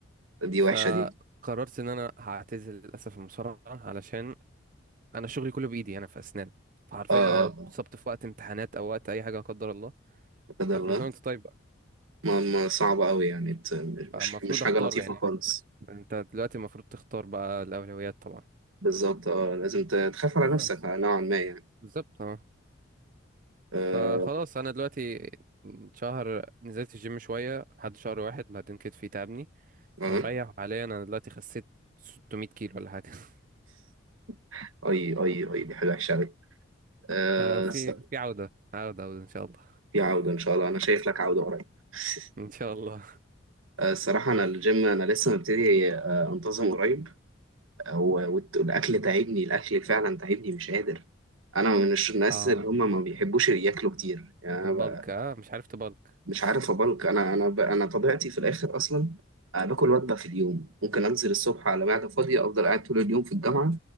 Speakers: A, on the right (about 80°); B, on the right (about 40°).
A: دي
B: فقررت
A: وحشة دي
B: ان انا هعتزل للاسف المصارعة علشان انا شغلي كله بايدي انا في اسنان فحرفيا
A: اه اه
B: انا لو
A: آه،
B: اتصبت في وقت امتحانات او وقت اي حاجة لا قدر الله
A: لا قدر
B: فكل
A: الله
B: سنة وانت طيب
A: ما ما صعبة قوي يعني ت- مش
B: المفروض
A: مش حاجة
B: اختار
A: لطيفة
B: يعني
A: خالص
B: انت دلوقتي المفروض تختار بقى الاولويات طبعا
A: بالظبط اه لازم ت- تخاف على
B: خلاص
A: نفسك نوعا ما يعني
B: بالظبط اه
A: آه،
B: فخلاص انا دلوقتي شهر نزلت الجيم شويه لحد شهر واحد بعدين كتفي تعبني فمريح
A: اه
B: حاليا انا دلوقتي خسيت 600 كيلو ولا حاجه <laughs>
A: <laughs> اي اي اي دي حاجه وحشه قوي أه
B: ففي
A: س-
B: في عوده عوده عوده ان شاء الله
A: في عوده ان شاء الله انا شايف لك عوده قريب <laughs>
B: ان شاء الله
A: آه، الصراحة أنا الجيم أنا لسه مبتدي آه، أنتظم قريب آه، و- والت- والأكل تعبني الأكل فعلا تعبني مش قادر أنا من الش- الناس
B: اه
A: اللي هم ما بيحبوش ياكلوا كتير يعني
B: بتبلك
A: أنا ب-
B: اه مش عارف تبلك
A: مش عارف أبلك أنا أنا ب- أنا طبيعتي في الآخر أصلا آه، باكل وجبة في اليوم ممكن أنزل الصبح على معدة فاضية أفضل قاعد طول اليوم في الجامعة